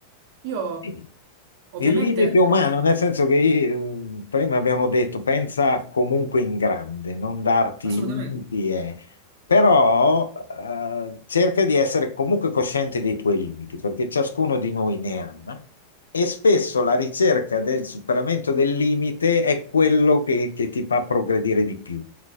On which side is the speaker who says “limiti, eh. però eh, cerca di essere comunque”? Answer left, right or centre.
Left